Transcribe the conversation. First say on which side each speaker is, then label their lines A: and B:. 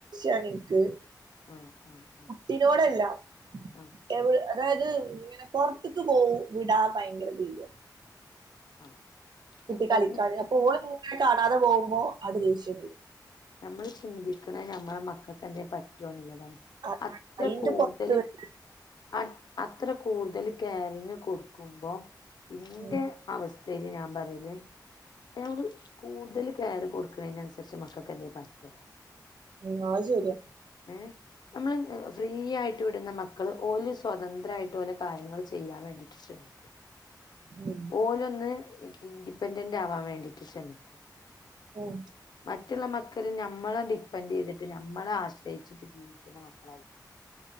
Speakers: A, on the right (about 70°); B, on the left (about 65°).
A: <inaudible> എനിക്ക്
B: അഹ് അഹ് അഹ്
A: കുട്ടിനോടല്ല
B: ആഹ്
A: <unintelligible> അതായത് ഇങ്ങനെ പുറത്ത്ക് പോവിടാ ഭയങ്കര പേടിയ
B: <inaudible>
A: കുട്ടി
B: ഇന്ന
A: കളിക്കാണ് അപ്പൊ ഓള് കാണാതെ പോകുമ്പോ ആ ദേഷ്യം വരും
B: നമ്മള് ചിന്തിക്കണ നമ്മളെ മക്കക്ക് ന്തേലും പറ്റോ എന്ന്ള്ളതാണ്
A: അ-
B: അത്ര
A: അയിന്റെ
B: കൂടുതൽ
A: പുറത്ത് വരും
B: അ അത്ര കൂടുതൽ കയറിങ്ങ് കൊടുക്കുമ്പോ ഇന്റെ
A: ഉം
B: അവസ്ഥയിൽ ഞാൻ പറയ ന്നെ ഞമ്മള് കൂടുതൽ കെയർ കൊടുക്കണതിനനുസരിച്ച് മക്ക <unintelligible>
A: ഉം അത് ശരിയ
B: ഏഹ് നമ്മള് ഫ്രീ ഫ്രീയായിട്ട് വിടുന്ന മക്കൾ ഒരു സ്വതന്ത്രയിട്ട് ഓലെ കാര്യങ്ങൾ ചെയ്യാൻ വേണ്ടി ശ്രമിക്കും <inaudible>
A: ഉം
B: ഓലൊന്ന് ഇൻഡിപെൻഡന്റ് ആവാൻ വേണ്ടിട്ട് ശ്രമിക്കും
A: ഉം
B: മറ്റുള്ള മക്കല് നമ്മളെ ഡിപ്പെൻഡ് ചെയ്തിട്ട് നമ്മളെ ആശ് ശ്രെയിച്ചിട്ട് ജീവിക്കുന്ന മക്കളായിരിക്കും